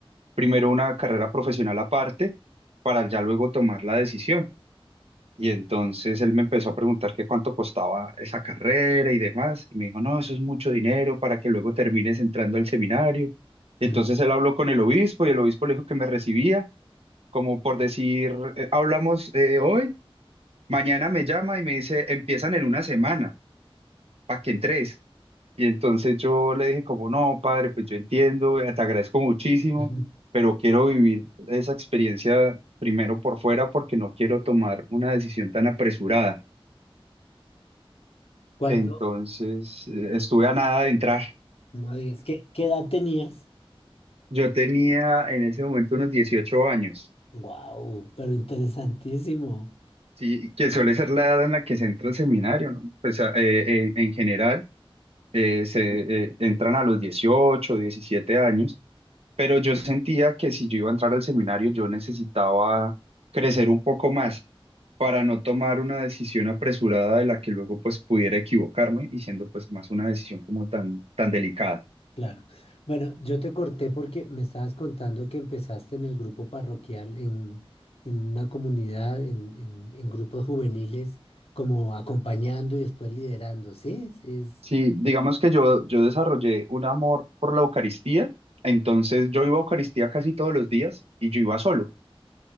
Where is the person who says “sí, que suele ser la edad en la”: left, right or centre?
Right